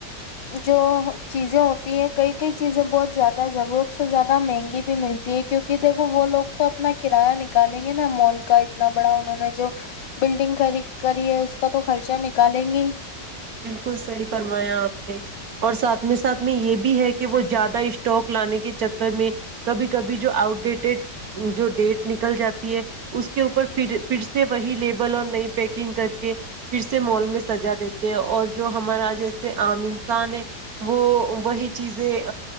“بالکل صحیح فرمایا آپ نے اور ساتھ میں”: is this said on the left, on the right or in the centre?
Right